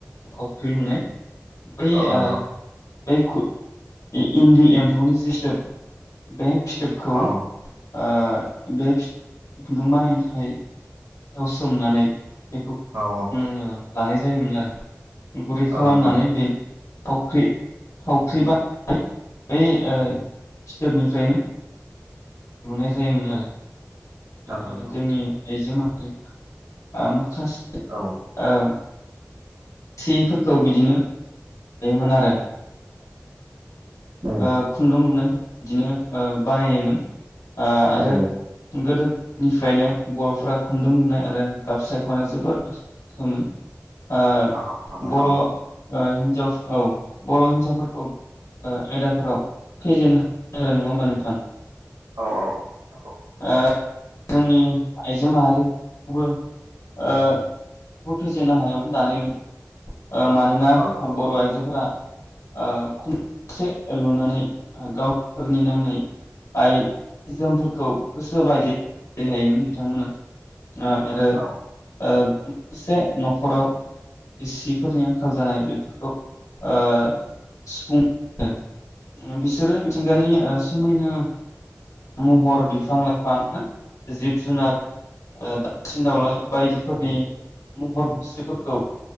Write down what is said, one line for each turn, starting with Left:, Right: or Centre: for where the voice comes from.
Left: थावख्रि लुनाय। बै
Right: नंगौ
Left: आ। बे खु इन्दि एम्फौनि जि सिथेब बे फि थोपखौ
Right: औ औ
Left: ओ बे फिथ खुन्दुं बानायनो थाखाय याव सोमनानै बेखौ
Right: औ
Left: <unintelligible> लानाय जायो। जायोमोन आरो गुरै खालामनानै
Right: औ नंगौ औ
Left: बे थावख्रि थावख्रि बा बे ओ फिथोबनिफ्रायनो लुनाय जायोमोन आरो ओ
Right: नंगौ
Left: जोंनि आइजो मा हारिफ्रा माखासे
Right: औ
Left: ओ सिफोरखौ बिदिनो दायोमोन आरो
Right: औ
Left: ओ खुन्दुं लुनायफोर बिदिनो ओ बानायोमोन आरो
Right: औ
Left: गोदो निफ्रायनो बर'फोरा खुन्दुं लुनाय आरो गाब सायखनायाव जोबोद आखा फाखामोन ओ
Right: आखा फाखामोन
Left: बर'
Right: औ
Left: ओ हिन जाव औ बर' हिन्जावफोरखौ ओ आयदाफोराव फेजेन हाग्र नङा होमबा नोंथां
Right: औ औ नंगौ
Left: ओ जोंनि आइजो माहारिखौबो ओ फेजेननो हायामोन दानाय लुनाय ओ मानोना
Right: औ नंगौ
Left: बर'
Right: औ
Left: आइजोफोरा ओ खुनसे लुनानै गावसोरनि नांनाय आयजें जोमफोरखौ गोसो बायदि लायोमोन बिथांमोना आ आरो
Right: औ
Left: ओ से न'खराव सिफोरनि आंखाल जानाय बेफोरखौ ओ सुफुङो बिसोरो मिथिंगानि ओ समायना महर बिफां-लाइफां जिब-जुनार ओ दावसिन दाउला बायदिफोरनि महर मुस्रिफोरखौ